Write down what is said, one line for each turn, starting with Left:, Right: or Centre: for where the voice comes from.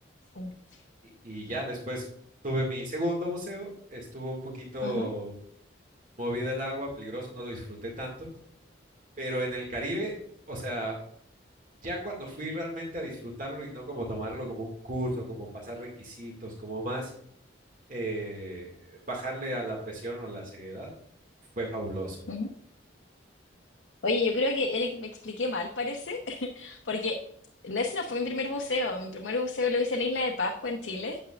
Left: sí.
Right: y, y ya después tuve mi segundo buceo, estuvo un poquito
Left: ajá,
Right: movida el agua, peligroso, no lo disfruté tanto, pero en el Caribe... O sea, Ya cuando fui realmente a disfrutarlo y no como tomarlo como un curso, como pasar requisitos, como más eh, bajarle a la presión o la seriedad, fue fabuloso.
Left: ujú. Oye, yo creo que Eric me expliqué mal, parece, <laughs> porque ese no fue mi primer buceo. Mi primer buceo lo hice en Isla de Pascua, en Chile.